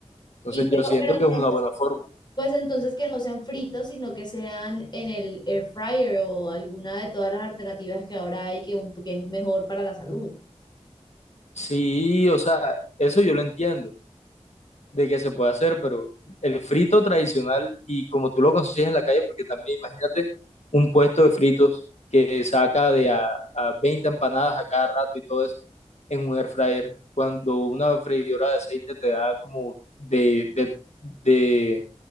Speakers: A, on the left; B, on the left.
A: Entonces
B: Y pero,
A: yo siento
B: pero
A: que
B: entonces,
A: es una buena forma.
B: pues entonces que no sean fritos, sino que sean en el air fryer o alguna de todas las alternativas que ahora hay que, un- que es mejor para la salud.
A: Sí, o sea, eso yo lo entiendo, de que se puede hacer, pero el frito tradicional y como tú lo consigues en la calle, porque también imagínate un puesto de fritos que saca de a, a 20 empanadas a cada rato y todo eso en un air fryer, cuando una freidora de aceite te da como de, de, de,